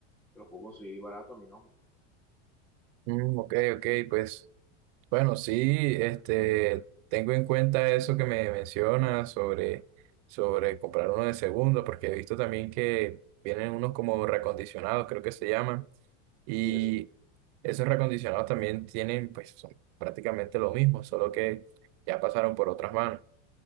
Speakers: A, in the centre; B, on the right (about 50°).
A: te lo puedo conseguir barato a mi nombre.
B: Mm, ok, ok, pues bueno, sí, este, tengo en cuenta eso que me mencionas sobre, sobre comprar uno de segunda, porque he visto también que vienen unos como recondicionados, creo que se llaman, y
A: Sí, eso.
B: esos recondicionados también tienen, pues son prácticamente lo mismo, solo que ya pasaron por otras manos.